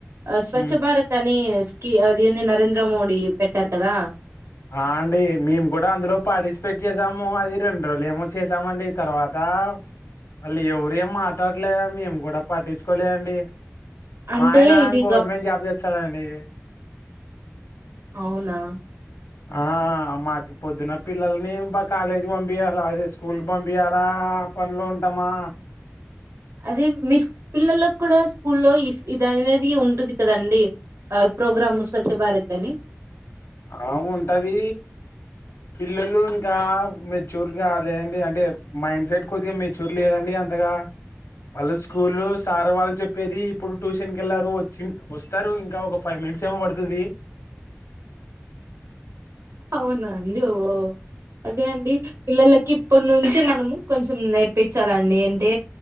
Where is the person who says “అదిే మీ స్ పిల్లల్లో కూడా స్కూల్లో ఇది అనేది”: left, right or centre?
Right